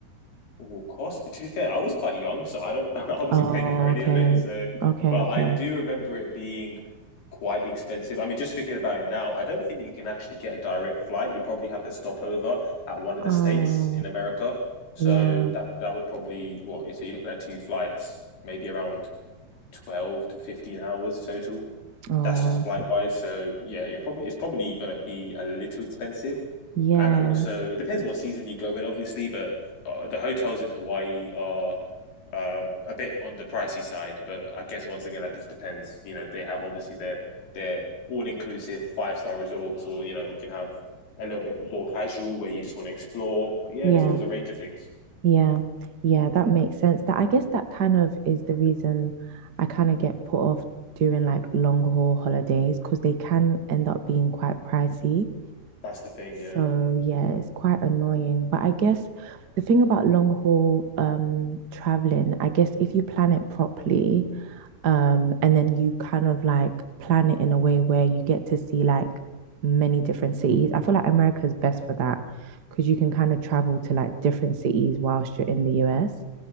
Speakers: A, on the left; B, on the right.
A: Well, cost. To be fair, I was quite young, so I don't. <laughs> I wasn't
B: Oh,
A: paying for any
B: okay.
A: of it. So,
B: Okay,
A: but
B: okay.
A: I do remember it being quite expensive. I mean, just thinking about it now, I don't think you can actually get a direct flight. You probably have to stop over at one of the
B: Oh,
A: states in America. So
B: yeah.
A: that would that would probably what? So you're looking at two flights, maybe around twelve to fifteen hours total
B: Oh,
A: that's just flight wise. So yeah, you're probably it's probably going to be a little expensive,
B: yeah.
A: and also it depends what season you go in, obviously. But uh, the hotels in Hawaii are uh, a bit on the pricey side. But I guess once again, that just depends. You know, they have obviously their their all inclusive five star resorts, or you know, you can have a little bit more casual where you just want to explore. But yeah,
B: Yeah.
A: there's always a range of things.
B: Yeah, yeah, that makes sense. That I guess that kind of is the reason I kind of get put off doing like long haul holidays because they can end up being quite pricey.
A: That's the thing. Yeah.
B: So yeah, it's quite annoying. But I guess the thing about long haul um traveling, I guess if you plan it properly, um, and then you kind of like plan it in a way where you get to see like many different cities. I feel like America's best for that because you can kind of travel to like different cities whilst you're in the US.